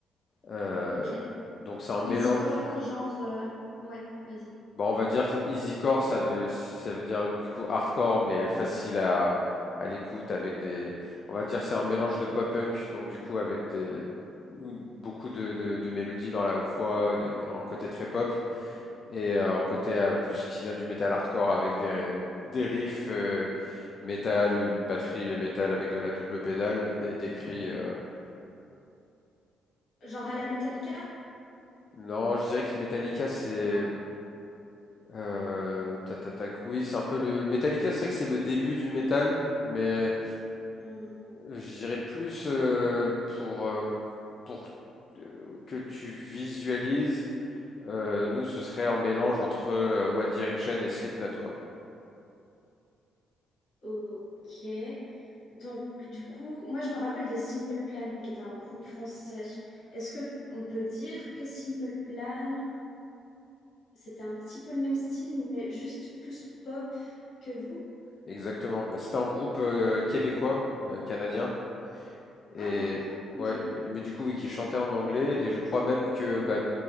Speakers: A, on the left (about 45°); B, on the left (about 65°).
A: Euh,
B: Ok.
A: donc c'est un
B: Easycore,
A: mélange.
B: genre, euh, Ouais, vas-y.
A: Bon, on va dire easycore, ça veut, ça veut dire du coup hardcore, mais facile à, à l'écoute avec des, on va dire c'est un mélange de pop punk, donc du coup avec des beaucoup de, de, de mélodies dans la voix, de- un côté très pop Et euh, en côté euh, plus qui vient du metal hardcore avec des, des riffs euh, métal, une batterie métal avec de la double pédale et des cris. euh.
B: genre à la Metallica?
A: Non, je dirais que Metallica c'est
B: Ah.
A: euh, tac, tac, tac, oui c'est un peu le Metallica c'est vrai que c'est le début du métal, mais
B: Hmm,
A: je dirais plus euh, pour euh, pour euh, que tu visualises. euh, nous ce serait un mélange entre euh, One Direction et Slipknot quoi.
B: ok. Donc, du coup, moi, je me rappelle de Simple Plan, qui était un groupe français. Est-ce que on peut dire que Simple Plan, c'était un petit peu le même style, mais juste plus pop que vous?
A: Exactement. Bah, c'était un groupe euh, québécois, euh, canadien, et
B: Ah, d'accord. Ok.
A: ouais, mais, mais du coup, oui, qui chantait en anglais, et je crois même que bah,